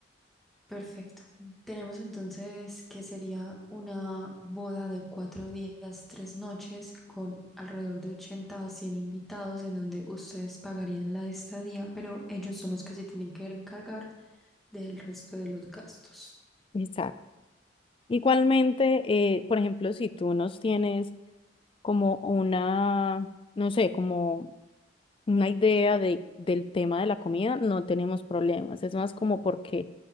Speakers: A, in the centre; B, on the left.
A: Perfecto. Tenemos entonces que sería una boda de cuatro días, tres noches, con alrededor de 80 a 100 invitados, en donde ustedes pagarían la estadía, pero ellos son los que se tienen que encargar del resto de los gastos.
B: Exacto. Igualmente, eh, por ejemplo, si tú nos tienes como una, no sé, como una idea de, del tema de la comida, no tenemos problemas. Es más como porque